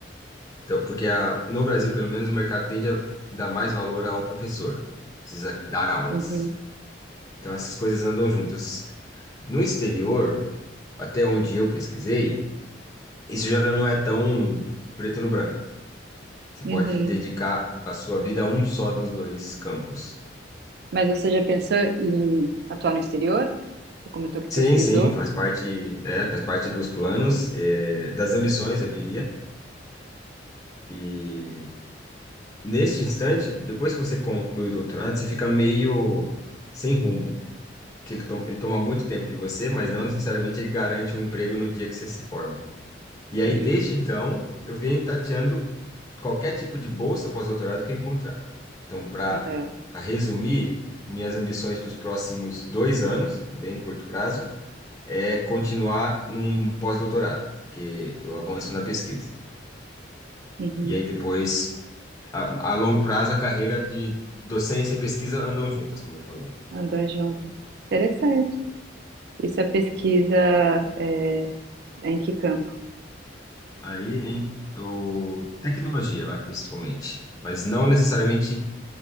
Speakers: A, on the left; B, on the right.
A: Então, porque a, no Brasil, pelo menos, o mercado tende a dar mais valor ao professor, precisa dar aulas.
B: Uhum,
A: Então, essas coisas andam juntas. No exterior, até onde eu pesquisei, isso já não é tão preto no branco. Você pode
B: uhum.
A: dedicar a sua vida a um só dos dois campos.
B: Mas você já pensou em atuar no exterior? Você comentou que
A: Sim,
B: pesquisou?
A: sim, faz parte, é, faz parte dos planos, é, das ambições, eu diria. E Neste instante, depois que você conclui o doutorado, você fica meio sem rumo, que ele, to- ele toma muito tempo de você, mas não necessariamente ele garante um emprego no dia que você se forma. E aí,
B: Sim.
A: desde então, eu venho tateando qualquer tipo de bolsa pós-doutorado que eu encontrar. Então, para
B: Aham,
A: resumir, minhas ambições para os próximos dois anos, bem curto prazo, é continuar num pós-doutorado, porque eu avanço na pesquisa.
B: Uhum.
A: E aí depois A, a longo prazo, a carreira de docência e pesquisa andam juntas, como eu falei.
B: Andam juntos. Interessante. Isso é pesquisa, é, é em que campo?
A: Aí, em, o, tecnologia, vai, principalmente. Mas não necessariamente